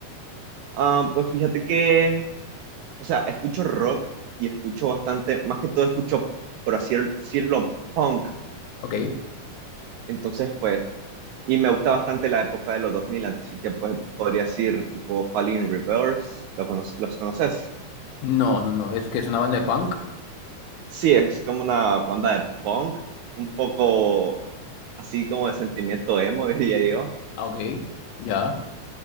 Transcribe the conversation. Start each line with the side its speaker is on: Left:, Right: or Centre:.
Right: Ah, pues fíjate que, o sea, escucho rock y escucho bastante, más que todo escucho, por así decirlo, punk.
Left: ¿Ok?
Right: Entonces, pues, Y me gusta bastante la época de los dos mil así que pues podría decir tipo Falling Reverse, ¿lo cono- ¿los conoces?
Left: No, no, no, es que es una banda de punk.
Right: Sí, es como una banda de punk, un poco así como de sentimiento emo, <laughs> diría yo.
Left: Ah, Ok, ya.